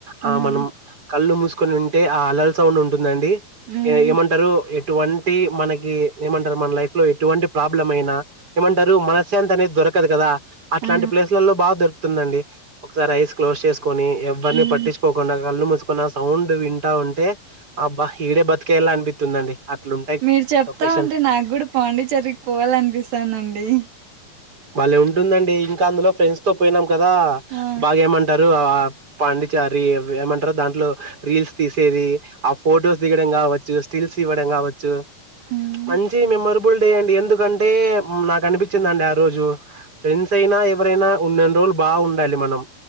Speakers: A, on the right (about 20°); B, on the right (about 75°).
A: ఆ
B: ఉమ్
A: మనం కళ్ళు మూసుకొని ఉంటే ఆ అలల్ సౌండ్ ఉం ఉంటుందండి
B: ఉమ్
A: ఏ ఏమంటరు ఏ ఎటువంటి మనకి ఏమంటరు మన లైఫ్ లో ఎటువంటి ప్రాబ్లం అయినా ఏమంటారు మనశాంతి అనేది దొర కదు కదా అట్లాంటి
B: ఆ
A: ప్లేస్లలో బాగా దొరుతుందండి ఒకసారి ఐస్ క్లోజ్ చేసుకొని ఎవ్వరిని
B: ఉమ్
A: పట్టిుకోకుండా కళ్ళు ముసుకు కొని ఆ సౌండ్ వింటా ఉంటే అబ ఈడే బతకెయలా అనిపితుందండి అట్లుంటాయి
B: మీరు చెప్తా
A: లొకేషన్
B: ఉంటే నాకు కూడా పాండిచరికి పోవాలనిపిస్తాందండి
A: బలే ఉంటుందండి ఇంకా అందులో ఫ్రెండ్స్ తో పోయినాం కదా
B: ఆ
A: బాగా ఏమంటారు ఆ పాండిచారి ఏమంటారు దాంట్లో రీల్స్ తీసేది ఆ ఫొటోస్ దిగడం కావచ్చు స్టిల్ ల్స్ ఇవ్వడం కావచ్చు
B: ఉమ్
A: మంచి మెమరబుల్ డే అండి ఎందుకంటే నాకు అనిపిం చ్చిందండి ఆ రోజు ఫ్రెండ్స్ అయినా ఎవరైనా ఉన్న అన్ని రోజులు బాగా ఉండాలి మనం